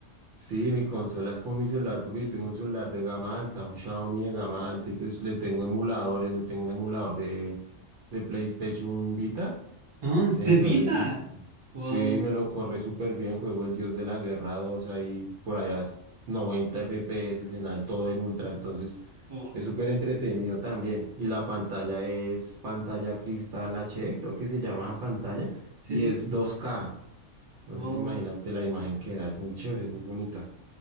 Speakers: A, on the right; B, on the right.
A: Sí, mi consola es con mi celular porque yo tengo un celular de gama alta, un Xiaomi de gama alta y pues le tengo emuladores, le tengo un emulador de, de PlayStation Vita.
B: Oh, es
A: Entonces,
B: de vida.
A: es-
B: Wow,
A: sí, me lo corre súper bien. Juego el Dios de la Guerra 2 ahí, por allá es 90 FPS en al- todo en ultra. Entonces,
B: wow,
A: es súper entretenido también. Y la pantalla es pantalla cristal HD, creo que se llama esa pantalla,
B: sí,
A: y
B: sí,
A: es dos k Entonces,
B: wow,
A: imagínate la imagen que da, es muy chévere, es muy bonita.